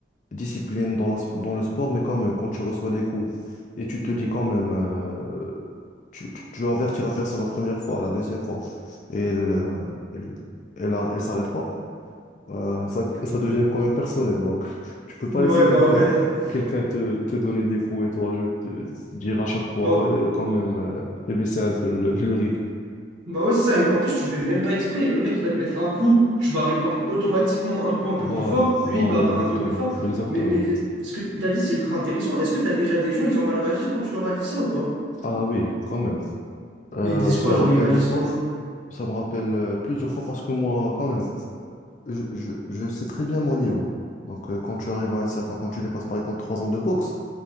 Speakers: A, on the left; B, on the right.
A: discipline dans la sp- dans le sport, mais quand même, quand tu reçois des coups et tu te dis quand même, euh, tu, tu, tu avertis la personne la première fois, la deuxième fois, et elle, euh, elle, elle, a- elle s'arrête pas, euh, ça, ça devient quand même personnel. Donc, <laughs> tu peux pas
B: Ouais,
A: laisser quelqu'un
B: bah ouais. <laughs>
A: quelqu'un te, te donner des coups et toi, je te dire à chaque fois,
B: Bah,
A: ouais, quand même, euh, fais baisser un peu le, le rythme.
B: bah ouais, c'est ça. Et en plus, tu fais même pas exprès. Le mec, il va te mettre un coup, tu vas répondre automatiquement un coup un peu
A: Voilà,
B: plus fort. Lui,
A: voilà,
B: il va rendre
A: exactement,
B: un peu plus fort.
A: exactement.
B: Mais, mais euh, ce que t'as dit, c'est ultra intéressant. Est-ce que t'as déjà des gens, ils ont mal réagi quand tu leur as dit ça ou pas?
A: Ah oui, quand même. Euh,
B: Mais ils disent
A: ça
B: quoi?
A: me
B: Genre,
A: rappelle
B: ils réagissent
A: des fois,
B: comment?
A: ça me rappelle euh, plusieurs fois parce que moi, quand même, je, je, je sais très bien mon niveau. Donc, euh, quand tu arrives à un certain, quand tu dépasses par exemple trois ans de boxe,